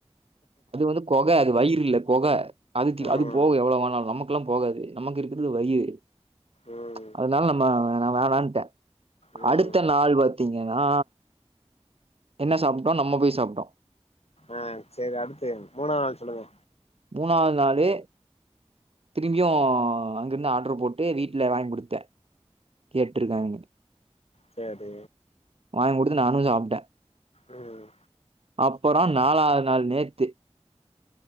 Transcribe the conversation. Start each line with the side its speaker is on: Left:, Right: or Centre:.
Right: அது குகை அது வயிறு இல்ல அது
Left: ம்
Right: அது போக எவ்வளவுாலும் நமக்குெல்லாம் போகாது நமக்கு இருக்கு இரு வயிறு
Left: ம்
Right: அதனால நம்ம நான் வேணாம்ன்னுட்டன்
Left: ம்
Right: அடுத்து ஆள் பார்த்தீங்கன்னா என்ன சாப்பிட்டோம் நம்ம போய சாப்பிட்டோம்
Left: ஆஹ் சரி அடுத்து மூணாவது நாள் சொல்லுங்க
Right: மூணாவது நாலு திரும்பியும் அங்கிருந்து ஆர்டரு போட்டு வீட்டுல வாங்கி குடுத்தேன் கேட்டுருக்காங்க
Left: சரி
Right: வாங்கி கொடுத்து நானும் சாப்ட்டேன்
Left: ம்
Right: அப்புறம் நாலாவது நாள் நேத்து